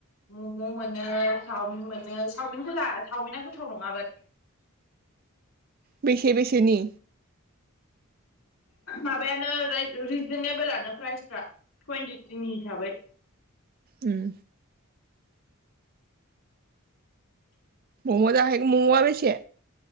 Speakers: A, on the left; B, on the right.
A: मम मोनो चावमिन मोनो चावमिनखौ जा सावमिना गोथाव नङाबो
B: बेसे बेसेनि
A: माबायानो राय रिजनेेबोलानो प्राइसफ्रा कुवानटिटिनि हिसाबै
B: उम मम जाहैगोन ममआ बेसे